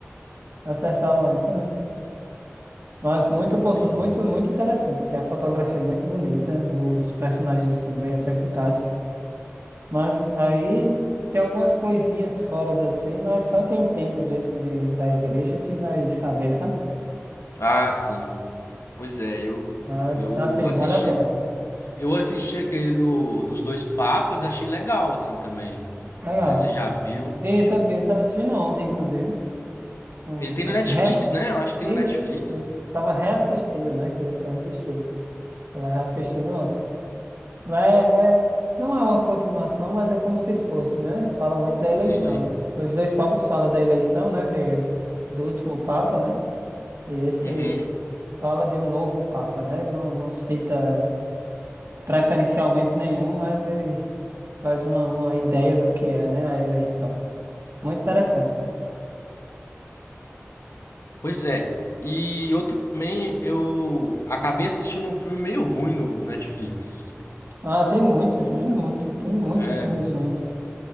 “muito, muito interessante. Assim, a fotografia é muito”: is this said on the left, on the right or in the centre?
Right